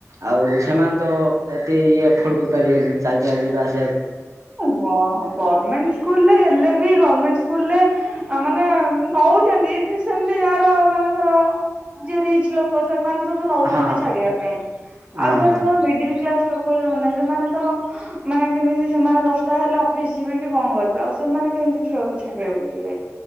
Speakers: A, on the right; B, on the right.
A: ଆଉ ସେମାନେ ତ ଏତେ ଇଏ ଏଫୋର୍ଡ କରିପାରିବାନି ଚାଲି ଚାଲି ଯିବା ଆସ୍
B: ଗଭର୍ଣମେଣ୍ଟ ସ୍କୁଲରେ ହେଲେବି ଗର୍ମେଣ୍ଟ ସ୍କୁଲରେ ମାନେ ନଉଚନ୍ତି ସେମିତି ଯାହାର ମାନେକର ଯିଏ ରିଚ୍ ଲୋକ ସେମାନେ ସବୁ ନଉଛନ୍ତି
A: ହଁ
B: ଛାଡ଼ିବା ପାଇଁ
A: ହଁ
B: ଆଉ ଧର ଧର ମିଡିଲ କ୍ଲାସ ଲୋକ କୋଲ୍ ମାନେ ସେମାନେ ତ ମାନେ କେମିତି ସେମାନେ ଦଶଟା ହେଲେ ଅଫିସ୍ ଯିବେ କି କଣ କରିବେ ଆଉ ସେମାନେ କାହିଁକି ଛୁଆକୁ ଛାଡ଼ିବାକୁ ଯିବେ